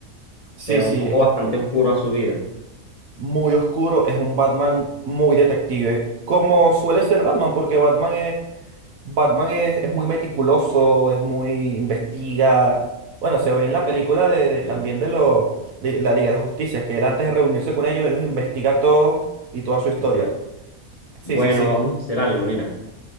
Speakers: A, on the right; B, on the left.
A: Sí,
B: le da
A: sí,
B: un foco bastante oscuro a su vida.
A: muy oscuro, es un Batman muy detective, como suele ser Batman, porque Batman es, Batman es, es muy meticuloso, es muy investiga. Bueno, se ve en la película de, de-
B: Sí,
A: también de, lo, de la Liga de la Justicia, que él antes de reunirse con ellos, él los investiga a todos y toda su historia.
B: Exacto.
A: Sí,
B: Bueno,
A: sí, sí.
B: vamos a hacer algo, mira.